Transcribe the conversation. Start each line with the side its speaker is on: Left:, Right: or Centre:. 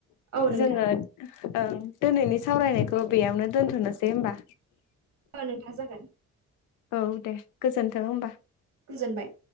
Right: औ नोंथां
Left: जोङो ओं दिनैनि सावरायनायखौ बेयावनो दोनथ'नोसै होमबा
Right: औ नोंथाङा जागोन
Left: औ दे गोजोन्थों होमबा
Right: गोजोनबाय